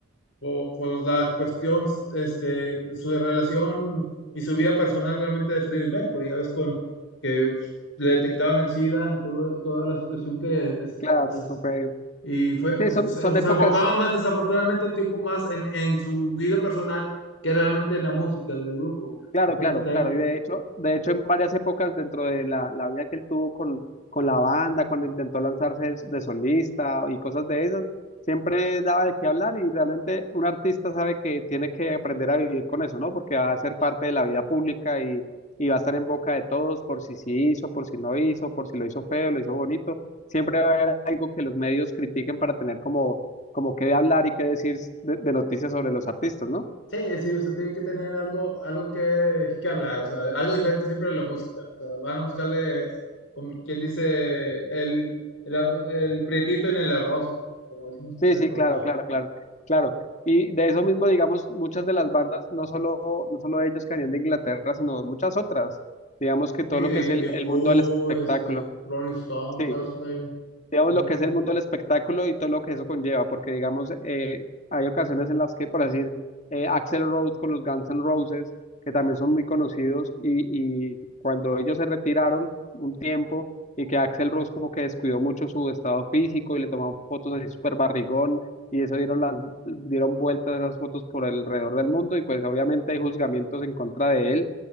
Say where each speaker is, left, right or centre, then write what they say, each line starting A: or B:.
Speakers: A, on the left (about 70°); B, on the left (about 35°).
A: o, pues la cuestión, este, su relación y su vida personal realmente de Freddie Mercury, ya ves con que le detectaban el SIDA y todo, toda la situación que des,
B: Claro,
A: des,
B: eso fue,
A: y fue,
B: sí, son,
A: se,
B: son épocas
A: se, enfocaba más desafortunadamente un tiempo más en, en, su vida personal que realmente en la música del grupo,
B: Claro,
A: que fue
B: claro,
A: lo que también
B: claro. Y de hecho, de hecho, en varias épocas dentro de la, la vida que él tuvo con, con la banda, cuando intentó lanzarse de, de solista y cosas de esas, siempre daba de qué hablar y realmente un artista sabe que tiene que aprender a vivir con eso, ¿no? Porque va a ser parte de la vida pública y, y va a estar en boca de todos por si sí hizo, por si no hizo, por si lo hizo feo, lo hizo bonito. Siempre va a haber algo que los medios critiquen para tener como, como qué hablar y qué decir de de noticias sobre los artistas, ¿no?
A: Sí, sí, o sea, tienen que tener algo, algo que, que hablar, o sea, algo diferente siempre de la música. O sea, van a buscarle, como quien dice, el, el, arro- el prietito en el arroz, como, como decimos
B: Sí,
A: también
B: sí,
A: por
B: claro,
A: acá.
B: claro, claro, claro. Y de eso mismo, digamos, muchas de las bandas, no solo, no solo ellos que venían de Inglaterra, sino muchas otras. Digamos que todo
A: Sí, de,
B: lo que es el,
A: de
B: el
A: Who,
B: mundo del espectáculo.
A: este, Rolling Stones,
B: Sí
A: todo eso también.
B: digamos,
A: muy-
B: lo que es el mundo del espectáculo y todo lo que eso conlleva, porque, digamos, eh, hay ocasiones en las que, por decir, eh, Axl Rose con los Guns N' Roses, que también son muy conocidos, y, y cuando ellos se retiraron un tiempo y que Axl Rose como que descuidó mucho su estado físico y le tomaban fotos así súper barrigón, y eso dieron, las, dieron vueltas esas fotos por alrededor del mundo, y pues obviamente hay juzgamientos en contra de él